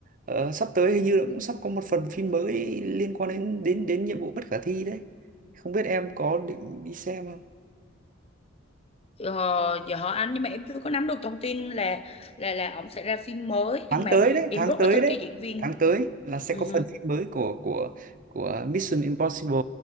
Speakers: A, on the right; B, on the left.
A: Ờ, sắp tới hình như là cũng sắp có một phần phim mới liên quan đến đến đến nhiệm vụ bất khả thi đấy không biết em có định đi xem
B: ờ, giờ hỏi anh nhưng mà em chưa có nắm được thông tin là là là ổng sẽ ra phim mới
A: tháng
B: nhưng mà
A: tới đấy
B: em
A: tháng
B: rất
A: tới
B: là thích
A: đấy
B: cái diễn viên
A: tháng tới là sẽ
B: Ừ.
A: có phần phim mới của của của Mission Impossible